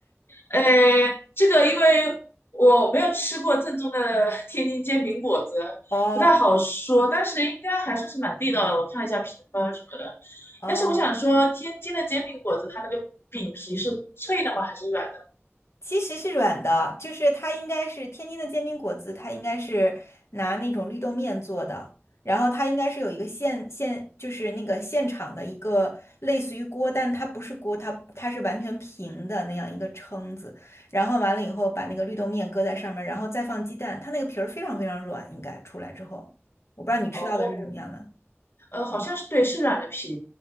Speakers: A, on the left; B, on the left.
A: 呃，这个因为我没有吃过正宗的 <laughs> 天津煎饼果子，
B: <laughs> 哦
A: 不太好说，但是应该还算是蛮地道的。我看了一下评分什么的，
B: 哦。
A: 但是我想说，天津的煎饼果子它那个饼皮是脆的吗？还是软的？
B: 其实是软的，就是它应该是天津的煎饼果子，它应该是拿那种绿豆面做的，然后它应该是有一个现现就是那个现场的一个类似于锅，但它不是锅，它它是完全平的那样一个撑子，然后完了以后把那个绿豆面搁在上面，然后再放鸡蛋，它那个皮儿非常非常软，应该出来之后，我不知道你吃到的是什么样的。
A: 哦，呃，好像是对，是软的皮，